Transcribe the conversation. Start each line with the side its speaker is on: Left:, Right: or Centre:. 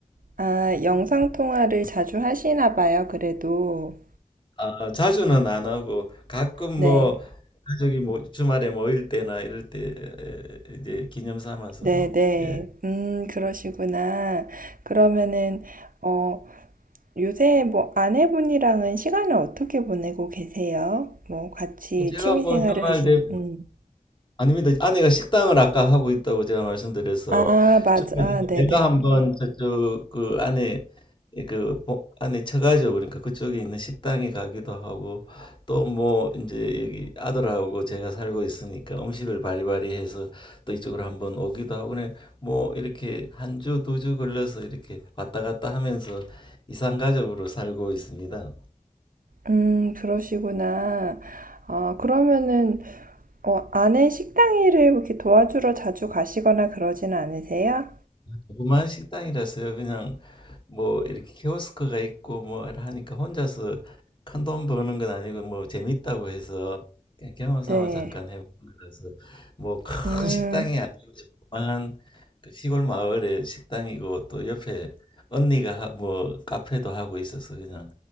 Right: 아, 영상 통화를 자주 하시나 봐요, 그래도.
Left: 아, 자주는 안 하고 가끔
Right: 네,
Left: 뭐 가족이 뭐 주말에 모일 때나 이럴 때 에, 이제 기념 삼아서
Right: 네,
Left: 뭐
Right: 네.
Left: 예.
Right: 음, 그러시구나. 그러면은, 어, 요새 뭐 아내분이랑은 시간을 어떻게 보내고 계세요? 뭐 같이
Left: 제가
Right: 취미
Left: 뭐
Right: 생활을
Left: 주말
Right: 하신,
Left: 되
Right: 음.
Left: 아닙니다. 아내가 식당을 아까 하고 있다고 제가 말씀드려서
Right: 아, 맞아.
Left: 주말에
Right: 아, 네네.
Left: 내가 한번 저쪽 그 안에 그 보- 안에 쳐가지고 그러니까 그쪽에 있는 식당에 가기도 하고 또 뭐 이제 여기 아들하고 제가 살고 있으니까 음식을 바리바리 해서 또 이쪽으로 한번 오기도 하고 그냥 뭐 이렇게 한 주 두 주 걸려서 이렇게 왔다 갔다 하면서 이산가족으로 살고 있습니다.
Right: 음, 그러시구나. 아, 그러면은, 어, 아내 식당 일을 이렇게 도와주러 자주 가시거나 그러진 않으세요?
Left: 조그만 식당이라서요. 그냥 뭐 이렇게 키오스크가 있고 뭐 이렇게 하니까 혼자서 큰 돈 버는 건 아니고 뭐 재밌다고 해서 그냥 경험 삼아
Right: 네.
Left: 잠깐 해본 거라서 뭐 큰
Right: 음.
Left: 식당이 아니고 조그만 그 시골 마을의 식당이고 또 옆에 언니가 하- 뭐 카페도 하고 있어서 그냥